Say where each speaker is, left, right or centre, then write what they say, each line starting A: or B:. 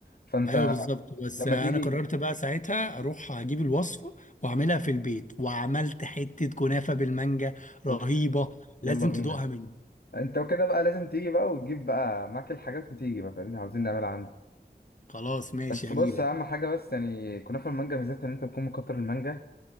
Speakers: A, on the left; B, on the left.
A: فانت
B: ايوه بالظبط بس
A: لما
B: انا
A: تيجي
B: قررت بقى ساعتها اروح اجيب الوصفه واعملها في البيت وعملت حته كنافه بالمانجا رهيبه
A: اوف يلا
B: لازم
A: بينا
B: تدوقها مني
A: انت وكده بقى لازم تيجي بقى وتجيب بقى معاك الحاجات وتيجي بقى فاهمني عاوزين نعملها عندي
B: خلاص ماشي
A: بس بص
B: هجيلك
A: اهم حاجه بس يعني كنافه المانجا ميزتها ان انت تكون مكتر المانجا